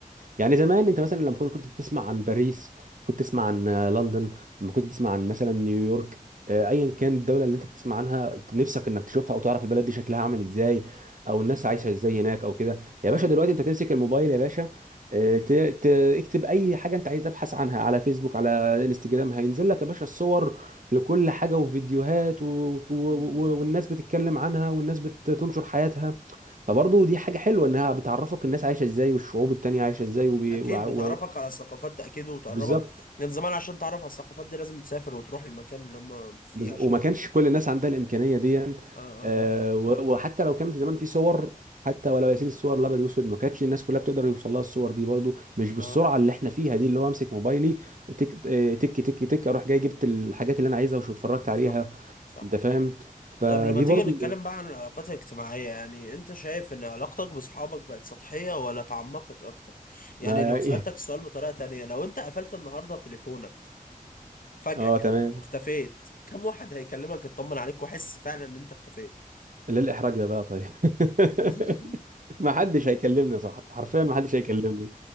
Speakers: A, on the right; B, on the left.
A: يعني زمان انت مثلا لما كنت كنت تسمع عن باريس كنت تسمع عن لندن لما كنت تسمع عن مثلا نيويورك آه، ايا كان الدوله اللي انت بتسمع عنها نفسك انك تشوفها او تعرف البلد دي شكلها عامل ازاي او الناس عايشه ازاي هناك او كده يا
B: اه
A: باشا دلوقتي انت تمسك الموبايل يا باشا آه، ت- ت- اكتب اي حاجه انت عايز تبحث عنها على فيسبوك على انستجرام هينزل لك يا باشا الصور لكل حاجه وفيديوهات و... و...
B: مم.
A: و... والناس بتتكلم عنها والناس بتنشر حياتها فبرضه دي حاجة حلوة انها بتعرفك الناس عايشة ازاي والشعوب التانية عايشة ازاي وبي...
B: اكيد
A: وع-
B: بتعرفك
A: و...
B: على الثقافات اكيد وتقربك
A: بالظبط
B: كان زمان عشان تعرف على الثقافات دي لازم تسافر وتروح المكان اللي هم فيه
A: بز-
B: عشان
A: وما كانش كل الناس عندها الإمكانية دي
B: اه اه
A: آه، و- وحتى لو كان في زمان في صور حتى ولو يا سيدي الصور الابيض واسود ما كانتش الناس كلها بتقدر يوصل لها الصور دي برضو مش بالسرعه
B: اه, آه.
A: اللي احنا فيها دي اللي هو امسك موبايلي تك آه، تك تك تك اروح جاي جبت الحاجات اللي انا عايزها وشو اتفرجت عليها
B: صح صح
A: انت فاهم فدي
B: طب لما تيجي
A: برضو
B: نتكلم بقى عن العلاقات الاجتماعية يعني انت شايف ان علاقتك بصحابك بقت سطحية ولا تعمقت اكتر يعني
A: ما
B: لو
A: <laughs>
B: سألتك السؤال بطريقة تانية لو انت قفلت النهاردة تليفونك فجأة
A: اه
B: كده
A: تمام
B: واختفيت كم واحد هيكلمك يطمن عليك وحس فعلا ان انت اختفيت
A: ليه الإحراج ده بقى طيب
B: <laughs>
A: <laughs> ما حدش هيكلمني صح حرفيا ما حدش هيكلمني